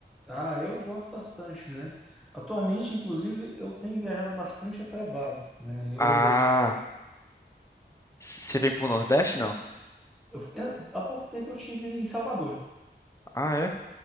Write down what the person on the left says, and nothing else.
Ah,
c- você vem pro Nordeste, não?
Ah, é?